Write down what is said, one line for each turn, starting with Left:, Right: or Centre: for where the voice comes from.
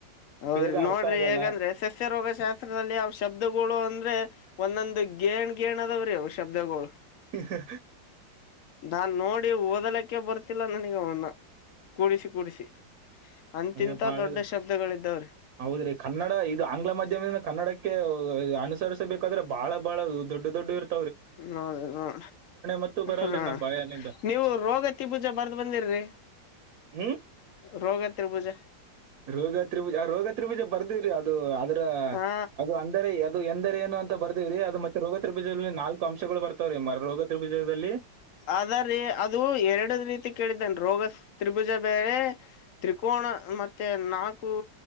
Left: ಹೌದ್ರಿ
Right: ಬೇಗ ಅರ್ಥ
Left: ನೋಡ್ರಿ
Right: ಆಗಲ್ಲ.
Left: ಹೇಗಂದ್ರೆ ಸಸ್ಯ ರೋಗಶಾಸ್ತ್ರದಲ್ಲಿ ಅವ ಶಬ್ದಗಳು ಅಂದರೆ. ಒಂದೊಂದು ಗೇಣ್ ಗೇಣ ಅದಾವ್ರಿ ಶಬ್ದಗಳು.
Right: ಹ ಹಾ.
Left: ನಾನ್ ನೋಡಿ ಓದಲಕ್ಕೆ ಬರ್ತಿಲ್ಲ ನನಗೆ ಅವನ್ನ ಕೂಡಿಸಿ ಕೂಡಿಸಿ. ಅಂತಿಂತ
Right: ಏ ಬಹಳ
Left: ದೊಡ್ಡ ಶಬ್ದಗಳ ಇದಾವ್ರಿ.
Right: ಹೌದ್ರಿ ಕನ್ನಡ ಇದು ಆಂಗ್ಲ ಮಾಧ್ಯಮದಿಂದ ಕನ್ನಡಕ್ಕೆ ಅನುಸರಿಸಬೇಕಾದ್ರೆ ಬಹಳ ಬಹಳ ದೊಡ್ಡ ದೊಡ್ಡ ಇರಾತ.
Left: ನೋಡಿ ನೋಡ
Right: ಮತ್ತು ಬರಲ್ರಿ
Left: ಹಾ
Right: ನಮ್ ಬಾಯಲ್ಲಿಂದ
Left: ನೀವು ರೋಗ. ಪ್ರತಿ ಭುಜ ಬರ್ದ ಬಂದಿರ್ರರಿ.
Right: ಹ್ಮ್.
Left: ರೋಗ ತಿಭೂಜಾ.
Right: ರೋಗತ್ರಿಭುಜ ರೋಗತ್ರಿಭುಜ ಬರ್ದವ್ರೀ ಅದು ಅದ್ರ
Left: ಹಾ
Right: ಅದು. ಅದು ಎಂದರೆ ಏನು ಅಂತ ಬರ್ದರಿ ಅದು ಮತ್ತೆ ರೋಗತ್ಬೀಜಗಳಲ್ಲಿ ನಾಲ್ಕು. ಅಂಶಗಳು ಬರ್ತಾವ್ರೀ ಮ ರೋಗ ತ್ರಿಭುಜದಲ್ಲಿ.
Left: ಅದ ರೀ ಅದು ಎರಡ ರೀತಿ ಕೇಳಿದ್ದನ್ ರೋಗ ತ್ರಿಭುಜ ಬೇರೆ. ತ್ರಿಕೋನ ಮತ್ತೆ ನಾಲ್ಕು